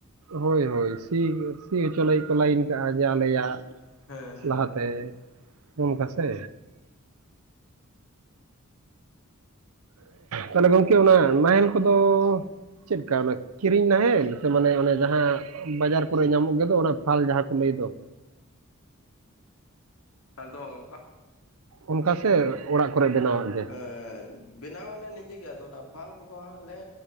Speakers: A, on the right; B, on the left.
A: ᱦᱳᱭ ᱦᱳᱭ ᱥᱤ ᱥᱤ ᱦᱚᱪᱚ ᱞᱟᱹᱜᱤᱫ ᱠᱚ ᱞᱟᱭᱤᱱ ᱠᱟᱜᱼᱟ ᱡᱮ, ᱟᱞᱮᱭᱟᱜ
B: ᱦᱮᱸ ᱦᱮᱸ
A: ᱞᱟᱦᱟᱛᱮ ᱚᱱᱠᱟ ᱥᱮ᱾ ᱛᱟᱦᱚᱞᱮ ᱜᱚᱝᱠᱮ ᱚᱱᱟ ᱱᱟᱦᱮᱞ ᱠᱚᱫᱚᱻ ᱪᱮᱫ ᱠᱟ, ᱚᱱᱟ ᱠᱤᱨᱤᱧ ᱱᱟᱦᱮᱞ ᱥᱮ ᱢᱟᱱᱮ ᱚᱱᱮ ᱡᱟᱦᱟᱸ ᱵᱟᱡᱟᱨ ᱠᱚᱨᱮ ᱧᱟᱢᱚᱜ ᱜᱮᱫᱚ, ᱚᱱᱟ ᱯᱷᱟᱞ ᱡᱟᱦᱟᱸ ᱠᱚ ᱞᱟᱹᱭ ᱫᱚ᱾
B: ᱟᱫᱚ ᱚᱱᱠᱟ
A: ᱚᱱᱠᱟ ᱥᱮ ᱚᱲᱟᱜ ᱠᱚᱨᱮ ᱵᱮᱱᱟᱣᱟᱜ ᱜᱮ᱾
B: ᱮᱸ ᱵᱮᱱᱟᱣ ᱟᱞᱮ ᱱᱤᱡᱮ ᱜᱮ ᱟᱫᱚ ᱾ ᱚᱱᱟ ᱯᱷᱟᱞ ᱠᱚᱫᱚ ᱦᱟᱸᱜ ᱞᱮ